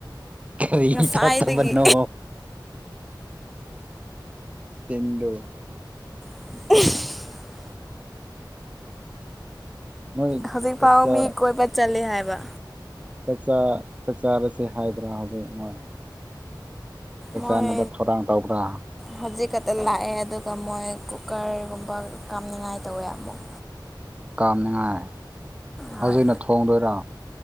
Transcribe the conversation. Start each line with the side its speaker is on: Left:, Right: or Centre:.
Right: ꯀꯔꯤꯒꯤ
Centre: ꯉꯁꯥꯏꯗꯒꯤ
Right: ꯆꯠꯇꯕꯅꯣ ꯅꯆꯤꯟꯗꯣ
Centre: <inaudible>
Right: ꯅꯣꯏ
Centre: ꯍꯧꯖꯤꯛ
Right: ꯆꯥꯛꯆꯥ
Centre: ꯐꯥꯎ ꯃꯤ ꯀꯣꯏꯕ ꯆꯠꯂꯦ ꯍꯥꯏꯕ
Right: ꯆꯥꯛꯆꯥ ꯆꯥꯛꯆꯥꯥꯔꯁꯦ ꯍꯥꯏꯗ꯭ꯔꯥ ꯍꯧꯖꯤꯛ ꯃꯣꯏ ꯆꯥꯛ
Centre: ꯃꯣꯏ
Right: ꯆꯥꯅꯕ ꯊꯧꯔꯥꯡ ꯇꯧꯕ꯭ꯔꯥ
Centre: ꯍꯧꯖꯤꯛ ꯈꯛꯇ ꯂꯥꯛꯑꯦ ꯑꯗꯨꯒ ꯃꯣꯏ ꯀꯨꯀꯔꯒꯨꯝꯕ ꯀꯥꯝꯅꯤꯡꯉꯥꯏ ꯇꯧꯋꯦ ꯑꯃꯨꯛ
Right: ꯀꯥꯝꯅꯤꯡꯉꯥꯏ
Centre: ꯍꯣꯏ
Right: ꯍꯧꯖꯤꯛꯅ ꯊꯣꯡꯗꯣꯏꯔꯥ